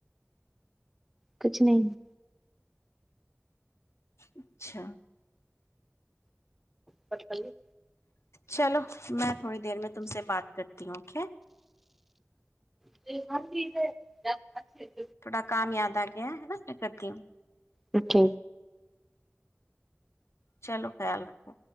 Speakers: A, in the centre; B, on the left.
A: کچھ نہیں
B: اچھا
A: پ پلی
B: چلو میں تھوڑی دیر میں تم سے بات کرتی ہوں اوکے
A: ب ج ج آ
B: تھوڑا کام یاد آ گیا ہے نا میں کرتی ہوں
A: اٹھ
B: چلو خیال رکھو